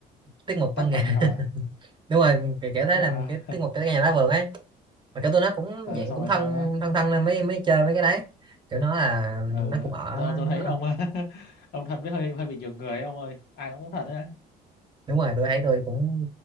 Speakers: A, on the right (about 25°); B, on the left (about 70°).
A: tiết mục
B: Tác
A: văn nghệ
B: phẩm nghệ thuật
A: <laughs>
B: à?
A: đúng rồi kiểu, kiểu thế
B: À,
A: là cái
B: <laughs>
A: tiết mục cái nhà lá vườn ấy mà kiểu tôi nó cũng
B: ừ,
A: dạng
B: xong
A: cũng
B: rồi
A: thân
B: sao nữa?
A: thân thân nên mới mới chơi mấy cái đấy kiểu nó là
B: ờ
A: nó cũng ở
B: tôi tôi thấy
A: nó,
B: ông <laughs> ông Thành với hơi hơi bị nhường người ấy, ông ơi ai cũng muốn Thành đấy á.
A: đúng rồi tôi thấy tôi cũng